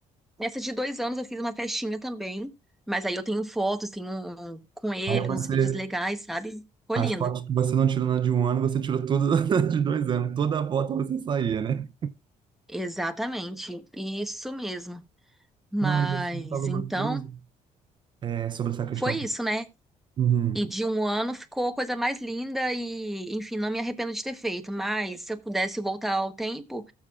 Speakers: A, in the centre; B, on the right.
A: Nessa de dois anos eu fiz uma festinha também, mas aí eu tenho fotos, tenho um- com ele,
B: Aí você,
A: uns vídeos legais, sabe? Ficou
B: as
A: lindo.
B: fotos que você não tirou na de um ano, você tirou todas <laughs> na de dois anos. Toda foto você saía, né?
A: Exatamente, isso mesmo. Mas
B: Não, e você falou
A: então,
B: uma coisa é, sobre essa questão.
A: foi isso, né?
B: Uhum,
A: E de um ano ficou a coisa mais linda e, enfim, não me arrependo de ter feito. Mas se eu pudesse voltar ao tempo,